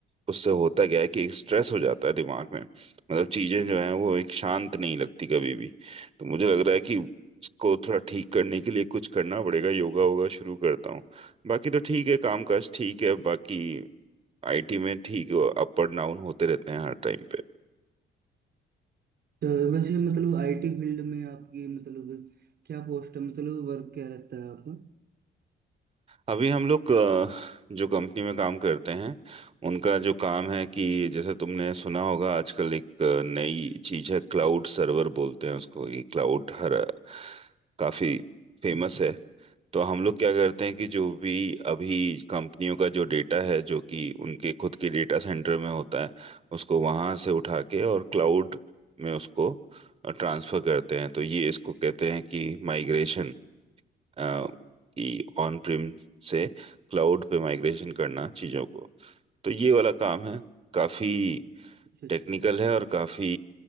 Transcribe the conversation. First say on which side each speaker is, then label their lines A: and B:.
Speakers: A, on the right; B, on the right.
A: उससे होता क्या है कि स्ट्रेस हो जाता है दिमाग में मतलब चीजें जो हैं वो एक शांत नहीं लगती कभी भी तो मुझे लग रहा है कि को थोड़ा ठीक करने के लिए कुछ करना पड़ेगा योगा वोगा शुरू करता हूँ बाकी तो ठीक है कामकाज ठीक है बाकी आईटी में ठीक है अप और डाउन होते रहते हैं हर टाइम पे
B: तो वैसे मतलब आईटी फील्ड में आपकी मतलब क्या पोस्ट है मतलब वर्क क्या रहता है आपका
A: अभी हम लोग अ, जो कंपनी में काम करते हैं उनका जो काम है कि जैसे तुमने सुना होगा आजकल एक अ, नई चीज है क्लाउड सर्वर बोलते हैं उसको ये क्लाउड हर काफी फेमस है तो हम लोग क्या करते हैं कि जो भी अभी कंपनियों का जो डेटा है जो कि उनके खुद के डेटा सेंटर में होता है उसको वहां से उठा के और क्लाउड में उसको ट्रांसफर करते हैं तो ये इसको कहते हैं कि माइग्रेशन कि ऑन प्रिम से क्लाउड पे माइग्रेशन करना चीजों को तो ये वाला काम है काफी
B: अच्छा अच्छा
A: टेक्निकल है और काफी